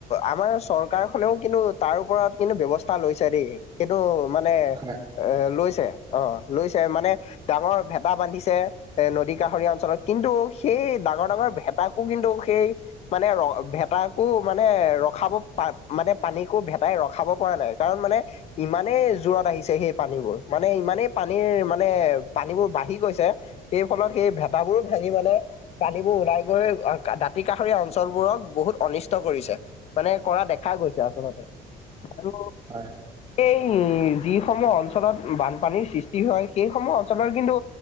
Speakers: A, on the left; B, on the right.
A: আমাৰ চৰকাৰখনেও কিন্তু তাৰ ওপৰত কিন্তু ব্যৱস্থা লৈছে দেই, কিন্তু মানে
B: হয়
A: অ লৈছে। অ, লৈছে মানে ডাঙৰ ভেটা বান্ধিছে, এ নদী কাষৰীয়া অঞ্চলত কিন্তু সেই ডাঙৰ ডাঙৰ ভেতাকো কিন্তু সেই মানে ৰ ভেতাকো মানে ৰখাব পা মানে পানীকো ভেটাই ৰখাব পৰা নাই, কাৰণ মানে ইমানেই জোৰত আহিছে সেই পানীবোৰ, মানে ইমানেই পানীৰ মানে পানীবোৰ বাঢ়ি গৈছে, সেই ফলত সেই ভেতাবোৰ ভাঙি মানে পানীবোৰ ওলাই <unintelligible> দাঁতি কাষৰীয়া অঞ্চল বোৰক বহুত অনিষ্ট কৰিছে মানে কৰা দেখা গৈছে আচলতে আৰু
B: হয় হয়।
A: এই যিসমূহ অঞ্চলত বানপানীৰ সৃষ্টি হয়, সেইসমূহ অঞ্চলৰ কিন্তু